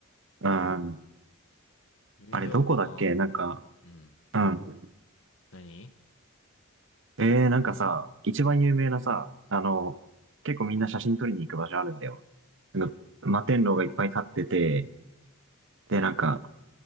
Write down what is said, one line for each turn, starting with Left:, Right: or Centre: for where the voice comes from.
Right: うん。
Left: ニューヨークの、
Right: あれ、どこだっけなんか、
Left: うん。
Right: うん。
Left: 何
Right: えー、なんかさ、一番有名なさ、あの、結構みんな写真撮りに行く場所あるんだよ。なんか摩天楼がいっぱい立ってて、で、なんか、